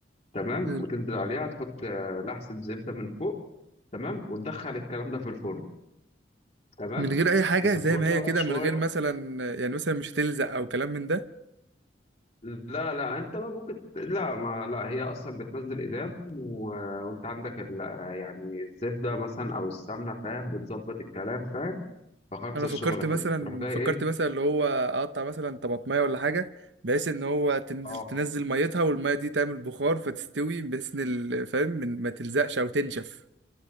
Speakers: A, on the left; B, on the right.
A: تمام
B: حلو
A: وتنزل عليها تحط آه، لحسة زبدة من فوق تمام وتدخل الكلام ده في الفرن تمام
B: من غير اي حاجه
A: تسيبه
B: زي ما
A: لنا
B: هي كده
A: بقى شويه
B: من غير مثلا يعني مثلا مش هتلزق او كلام من ده
A: لا لا انت بقى ممكن لا ما لا هي اصلا بتنزل ايدام و... وانت عندك ال... يعني الزبده مثلا او السمنه فاهم بتظبط الكلام فاهم فخلص
B: انا
A: الشغله
B: فكرت مثلا
A: كده تروح جاي
B: فكرت
A: ايه
B: مثلا اللي هو اقطع مثلا طماطمايه ولا حاجه بحيث ان هو تنزل
A: اه
B: تنزل ميتها والميه دي تعمل بخار فتستوي بحيث ان ال- فاهم من- ما تلزقش او تنشف